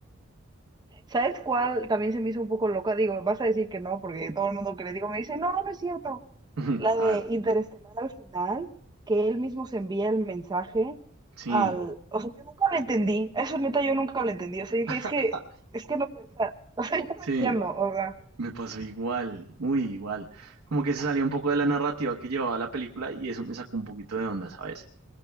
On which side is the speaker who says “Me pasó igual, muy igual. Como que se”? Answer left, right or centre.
Right